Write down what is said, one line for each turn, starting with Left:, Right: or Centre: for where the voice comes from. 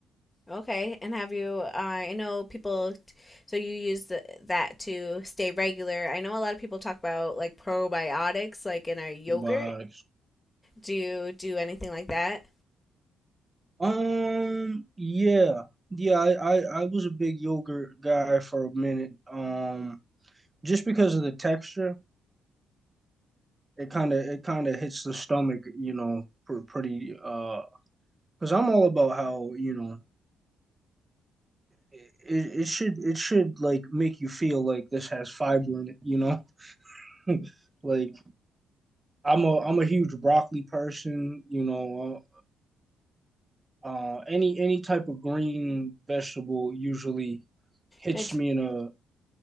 Left: Okay. And have you uh, I know people so you use the, that to stay regular. I know a lot of people talk about like probiotics like in our yogurt.
Right: probiotics.
Left: Do you do anything like that?
Right: Um, yeah. Yeah, I, I I was a big yogurt guy for a minute. Um just because of the texture, it kind of it kind of hits the stomach, you know, pretty. uh Because I'm all about how you know. It, it, it should it should like make you feel like this has fiber in it, you know. <laughs> like I'm a I'm a huge broccoli person, you know. Uh, uh, any any type of green vegetable usually hits
Left: No,
Right: me in a